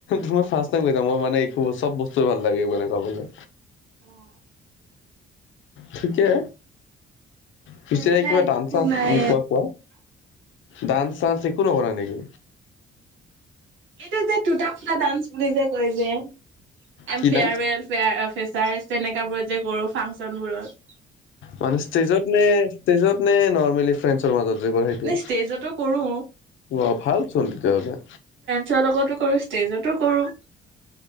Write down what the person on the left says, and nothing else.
তোমাৰ ৰ্ফাষ্ট ম মানে একো চব বস্তুৱে ভাল লাগে মানে কবলৈ
ঠিকে পিছে
কিবা
দান চা
নো খোৱা কোৱা ডান্স চানস একো নকৰা নেকি?
কি
ডান্স?
মানে ষ্টেজত নে ষ্টেজত নে নৰ্মেলী? ফ্ৰেণ্ডছৰ মাজত যে কৰে সেইটো?
ৱা ভাল চোন তেতিয়াহ'লে।